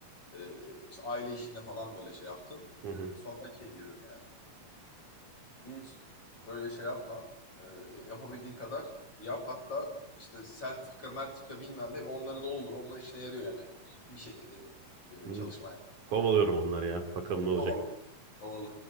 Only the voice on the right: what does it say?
Hı
hı.
Hı.
Kovalıyorum onları ya. Bakalım ne olacak.